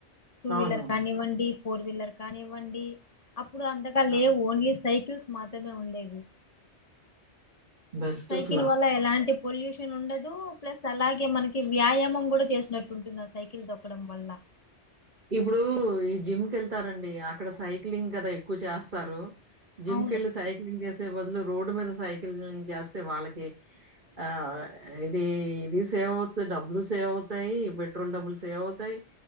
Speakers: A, on the left (about 35°); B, on the right (about 45°).
A: టూ
B: అవునవును.
A: వీలర్ కానీవండి. పోర్ వీలర్ కానీ వండి అప్పుడు అంతగా లేవు.
B: ఆ!
A: ఓన్లీ సైకిల్స్ మాత్రమే ఉండేవి.
B: బెస్ట్
A: సైకిల్
B: అసల.
A: వల్ల ఎలాంటి పొల్యూషన్ ఉండదు. ప్లస్ అలాగే మనకి వ్యాయామం కూడా చేసినట్టు ఉంటుంది. సైకిల్ తోక్కడం వల్ల
B: ఇప్పుడు ఈ జిమ్ కేళ్తారంండి. అక్కడ సైక్లింగ్ కదా ఎక్కువ చేస్తారు. జిమ్
A: అవును
B: కళ్లి సాైక్లింగ్ చేస బదులు రోడ్డు మీద సైకిల్ చేస్తే వాళ్ళకి ఆ ఇది ఇది సేవ్ అవు డబ్బులు సేవ్ అవుతాయి పెట్రోల్ డబ్బులు సేవ్ అవుతాయి